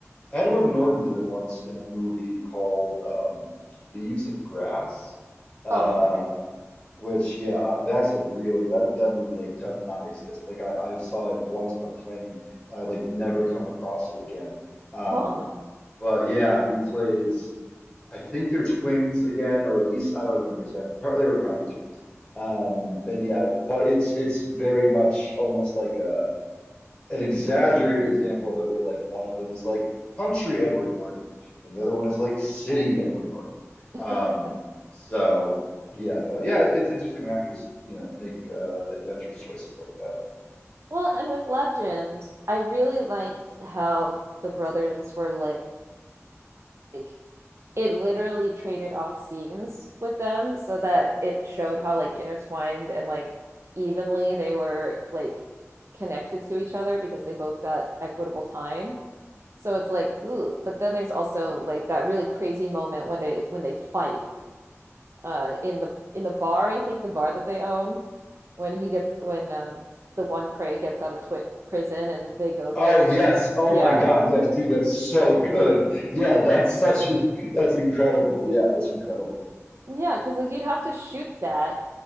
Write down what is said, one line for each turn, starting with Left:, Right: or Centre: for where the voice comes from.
Left: Edward Norton did it once in a movie called um, Leaves of Grass, uh,
Right: Oh, okay.
Left: which yeah, uh, that's a really that that movie like does not exist. Like I, I saw it once on a plane, and I like never come across it again. Um,
Right: Huh.
Left: but yeah, he plays. I think they're twins again, or at least I don't remember exactly. Pro- They were probably twins. Um, and yeah, but it's it's very much almost like a an exaggerated example of it where like one of them is like country Edward Norton and the other one is like city Edward Norton.
Right: <laughs>
Left: Um, so yeah, but yeah, it's interesting when actors, you know, make uh, adventurous choices like that.
Right: well, and with Legend, I really liked how the brothers were like like it literally traded off scenes with them so that it showed how like intertwined and like evenly they were like connected to each other because they both got equitable time. So it's like, ooh, but then there's also like that really crazy moment when they when they fight uh in the in the bar, I think the bar that they own when he gets when um the one Cray gets out of twi prison and they go there
Left: Oh
Right: and
Left: yes.
Right: so he,
Left: Oh
Right: yeah.
Left: my God. Yes, dude, that's so good. Yeah, that's such a, that's incredible. Yeah, that's incredible.
Right: Yeah, because like you'd have to shoot that